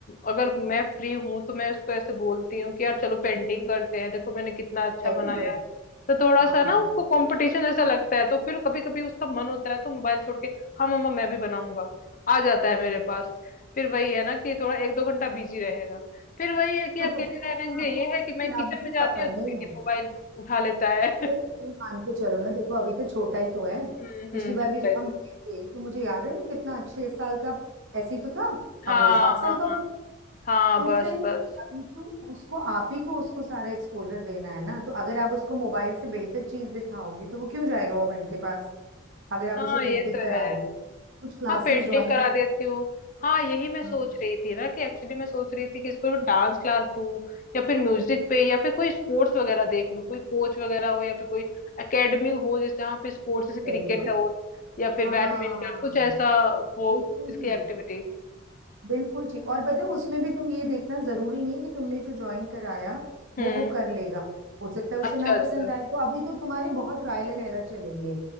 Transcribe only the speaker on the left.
अगर मैं फ्री हूँ तो मैं उसको ऐसे बोलती हूँ कि यार चलो पेंटिंग करते हैं देखो मैंने कितना अच्छा
बनाया
तो थोड़ा
सा ना उसको कंपटीशन जैसा लगता है तो फिर कभी कभी उसका मन होता है तो मोबाइल छोड़ के हाँ मम्मा मैं भी बनाऊंगा आ जाता है मेरे पास फिर वही है ना कि थोड़ा एक दो घंटा बिजी रहेगा फिर वही है कि
अकेले
रहने से
ये है
कि मैं किचन
में जाती
हूँ तो फिर ये
मोबाइल उठा लेता है <laughs>
हम्म
हम्म
छोटा
ही तो
हाँ
हाँ
हाँ
हाँ
बस
बस
हाँ
ये तो
है
हाँ पेंटिंग
करा
देती हूँ हाँ यही मैं सोच
रही थी ना कि एक्चुअली मैं सोच रही थी कि इसको डांस क्लास दूँ या फिर म्यूजिक पे या फिर कोई स्पोर्ट्स वगैरह देख लूँ कोई कोच वगैरह हो या फिर कोई एकेडमी हो जैसे यहाँ पे स्पोर्ट्स जैसे
क्रिकेट
है हो या फिर
बैडमिंटन कुछ ऐसा हो
इसकी
एक्टिविटी
हम्म
अच्छा
अच्छा